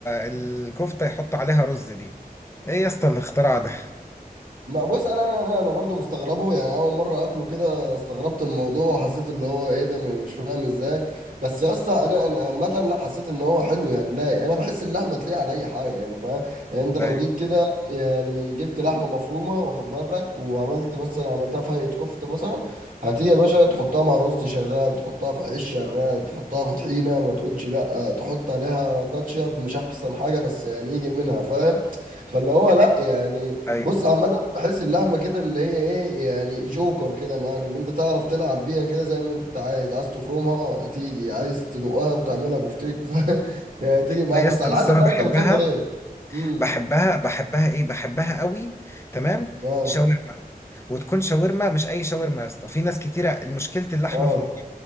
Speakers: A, on the left; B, on the right.
A: الكفته يحط عليها رز دي ايه يا اسطى الاختراع ده
B: ما بص انا انا انا انا برضو مستغربه يعني اول مره اكله كده استغربت الموضوع وحسيت اللي هو ايه ده م- مش فاهم ازاي بس يا اسطى انا انا عامه لا حسيت ان هو حلو يعني لا يعني انا بحس اللحمه تليق على اي حاجه يعني فاهم يعني انت لو
A: ايوه
B: جيت كده يعني جبت لحمه مفرومه واخد بالك وعملت مثلا عملتها في هيئه كفته مثلا هاتيه يا باشا تحطها مع رز شغال تحطها في عيش شغال تحطها في طحينه ما تقولش لا تحط عليها كاتشب مش احسن حاجه بس يعني يجي منها فاهم فاللي هو لا يعني
A: ايوه
B: بص عامة بحس اللحمة كده اللي هي ايه يعني جوكر كده معاك اللي انت تعرف تلعب بيها كده زي ما انت عايز عايز تفرمها تيجي عايز تدقها وتعملها بفتيك <laughs> ف... يعني تيجي معاك
A: لا يا
B: بس
A: اسطى
B: على
A: بس
B: حسب
A: انا
B: بقى
A: بحبها
B: انت بتفضل ايه امم
A: بحبها بحبها ايه بحبها قوي تمام
B: اه
A: شاورما وتكون شاورما مش اي شاورما يا اسطى في ناس كتيره مشكله اللحمه
B: اه
A: في الموضوع